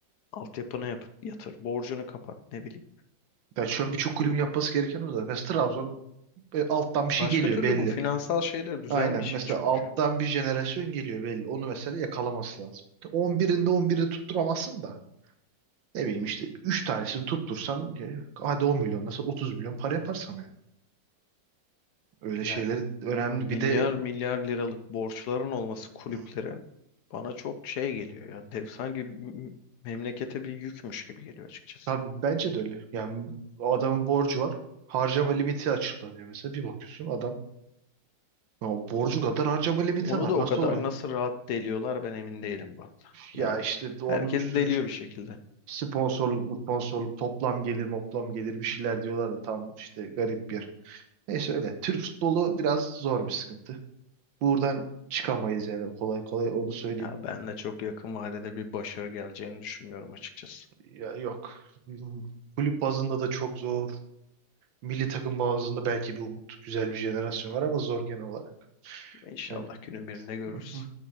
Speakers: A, on the left; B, on the right.
A: Altyapını yap, yatır, borcunu kapat ne bileyim.
B: Ya şu an birçok kulübün
A: Ü-
B: yapması gereken o zaten. Mesela Trabzon E, alttan bir şey
A: Başka
B: geliyor
A: türlü
B: belli.
A: bu finansal şeyler düzelmeyecek
B: Aynen. Mesela
A: çünkü.
B: alttan bir jenerasyon geliyor belli. Onu mesela yakalaması lazım. 11'inde 11'i tutturamazsın da. Ne bileyim işte 3 tanesini tuttursan e, hadi 10 milyon nasıl 30 milyon para yapar sana yani. Öyle
A: Yani
B: şeyler önemli.
A: milyar
B: Bir de
A: milyar liralık borçların olması kulüplerin
B: Hı,
A: bana çok şey geliyor ya. Dev, sanki m- memlekete bir yükmüş gibi geliyor açıkçası.
B: tabii bence de öyle. Yani o adamın borcu var. Harcama limiti açıklanıyor mesela. Bir bakıyorsun adam ya borcu kadar harcama limiti
A: Onu
B: var.
A: da o
B: Nasıl
A: kadar
B: oluyor?
A: nasıl rahat deliyorlar ben emin değilim bu arada.
B: Ya
A: Yani
B: işte onun
A: herkes
B: bir sürü
A: deliyor bir şekilde.
B: Sponsorluk mu sponsorluk toplam gelir moplam gelir bir şeyler diyorlar da tam işte garip bir yer. Neyse öyle. Türk futbolu biraz zor bir sıkıntı. Buradan çıkamayız yani kolay kolay onu söyleyeyim.
A: Ya ben de çok yakın vadede bir başarı geleceğini düşünmüyorum açıkçası.
B: Ya yok. Kulüp bazında da çok zor. Milli takım bazında belki bir umut. Güzel bir jenerasyon var ama zor genel olarak.
A: İnşallah
B: Yani.
A: günün birinde görürüz.
B: Hı hı.